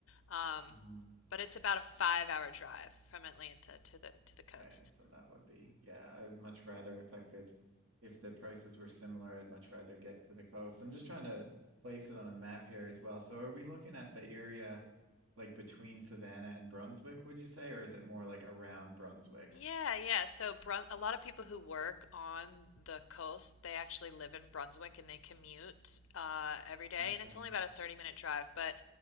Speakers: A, on the left; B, on the right.
A: Um,
B: hmm
A: but it's about a five hour drive from Atlanta to the to the coast.
B: Okay. So that would be, yeah, I would much rather if I could, if the prices were similar, I'd much rather get to the coast. I'm just trying to place it on a map here as well. So are we looking at the area like between Savannah and Brunswick, would you say? Or is it more like around Brunswick?
A: Yeah, yeah. So Brun a lot of people who work on the coast, they actually live in Brunswick and they commute uh, every day,
B: Okay.
A: and it's only about a 30 minute drive, but